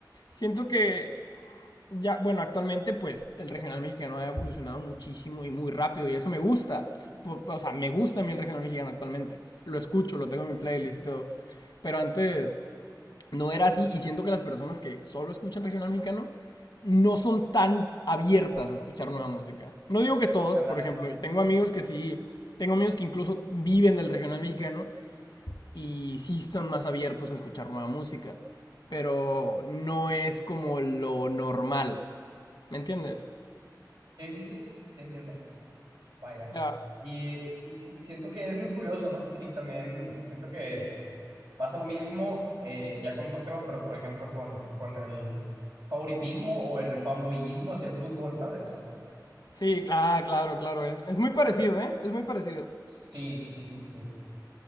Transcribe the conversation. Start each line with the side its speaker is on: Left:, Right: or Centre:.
Left: siento que ya, bueno, actualmente pues el regional mexicano ha evolucionado muchísimo y muy rápido y eso me gusta. O sea, me gusta a mí el regional mexicano actualmente. Lo escucho, lo tengo en mi playlist y todo. Pero antes no era así y siento que las personas que solo escuchan regional mexicano no son tan abiertas a escuchar nueva música. No digo que todos,
Right: Ándale,
Left: por ejemplo,
Right: ándale.
Left: tengo amigos que sí, tengo amigos que incluso viven del regional mexicano y sí están más abiertos a escuchar nueva música, pero no es como lo normal. ¿Me entiendes?
Right: Sí, sí, sí, sí entiendo. Vaya.
Left: Ya.
Right: Y, y, sí- y siento que es muy curioso, ¿no? Y también siento que pasa lo mismo eh, ya con otro tema, pero por ejemplo con, con el favoritismo o el fanboyismo hacia el fútbol, ¿sabes?
Left: Sí, ah, claro, claro, es, es muy parecido, ¿eh? Es muy parecido.
Right: Sí, sí, sí, sí, sí.